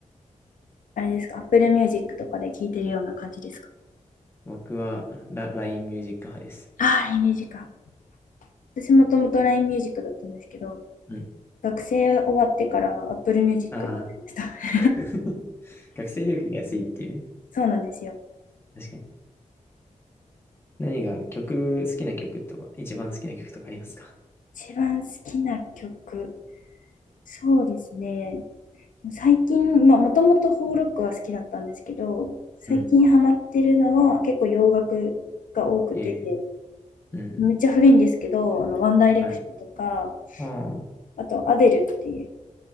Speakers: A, on the left (about 85°); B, on the left (about 20°).
A: あれですか ?Apple Music とかで聴いてるような感じですか
B: 僕はラ、LINE ミュージック派です。
A: ああ、LINE Music か。私もともと LINE Music だったんですけど、
B: うん。
A: 学生終わってから Apple Music
B: ああ。
A: になりました。
B: <laughs> 学生料金が安いっていうね。
A: そうなんですよ。
B: 確かに。何が曲、好きな曲とか、一番好きな曲とかありますか
A: 一番好きな曲、そうですね。最近、まあ、もともとフォーロックは好きだったんですけど、最近ハマってるのは結構洋楽が多くて、
B: うん。えー、うんうん。
A: めっちゃ古いんですけど、あの、ワンダイレクションとか、
B: はい。ああ、
A: あと、アデルっていう、